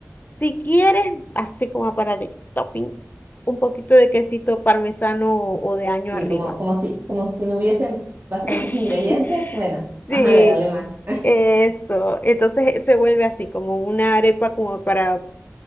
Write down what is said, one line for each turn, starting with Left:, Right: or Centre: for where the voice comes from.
Left: Si quieres, así como para de topping, un poquito de quesito parmesano o o de año
Right: Y
Left: arriba.
Right: como, como si, como si no hubiesen bastantes
Left: <laughs>
Right: ingredientes, bueno,
Left: Sí,
Right: vas a agregarle más.
Left: eso, entonces se vuelve así, como una arepa como para,